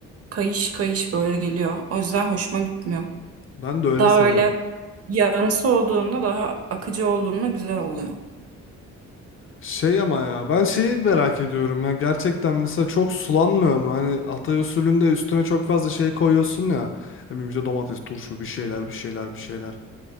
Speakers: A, on the right; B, on the left.
A: kayış kayış böyle geliyor. O yüzden hoşuma gitmiyor.
B: Ben de öyle
A: Daha
B: seviyorum.
A: öyle yağımsı olduğunda daha akıcı olduğunda güzel oluyor.
B: Şey ama ya ben şeyi merak ediyorum ya gerçekten mesela çok sulanmıyor mu? Hani Hatay usulünde üstüne çok fazla şey koyuyorsun ya. Ne bileyim işte domates, turşu bir şeyler bir şeyler bir şeyler.